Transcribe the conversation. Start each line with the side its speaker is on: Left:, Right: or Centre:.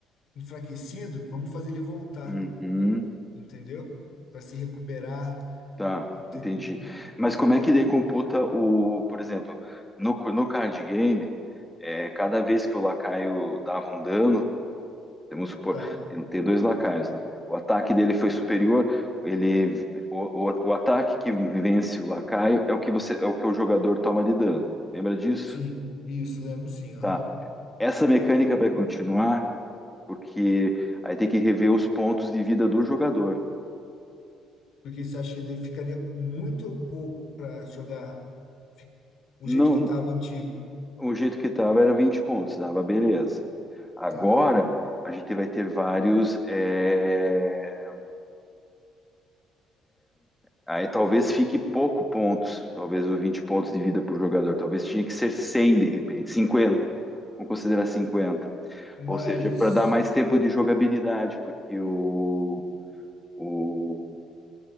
Left: enfraquecido, vamos fazer ele voltar,
Centre: Uhum.
Left: entendeu? Para se recuperar
Centre: Tá,
Left: Enten-
Centre: entendi.
Left: en-
Centre: Mas
Left: Entendeu?
Centre: como é que daí computa o, por exemplo, no, no card game, é, cada vez que o lacaio dava um dano, vamos supor,
Left: Tá,
Centre: tem, tem dois lacaios lá. O ataque dele foi superior, ele, o, o, o ataque que vence o lacaio é o que você, é o que o jogador toma de dano. Lembra disso?
Left: sim, isso, lembro sim, aham.
Centre: Tá. Essa mecânica vai continuar, porque aí tem que rever os pontos de vida do jogador.
Left: Porque você acha que de- ficaria com muito ou pouco para jogar fi- o
Centre: Não,
Left: jeito que estava antigo?
Centre: O jeito que estava era 20 pontos, dava beleza. Agora
Left: Tá,
Centre: a gente vai ter vários. é, Aí talvez fique pouco pontos, talvez o 20 pontos de vida por jogador, talvez tinha que ser 100 de repente, cinquenta, Vamos considerar cinquenta,
Left: mas,
Centre: Ou seja, para dar mais tempo de jogabilidade, porque o, o,